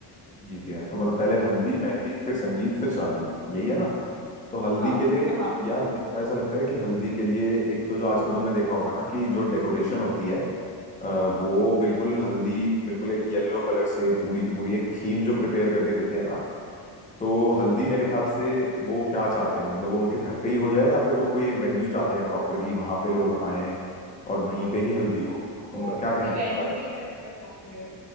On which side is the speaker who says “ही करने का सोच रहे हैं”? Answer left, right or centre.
Right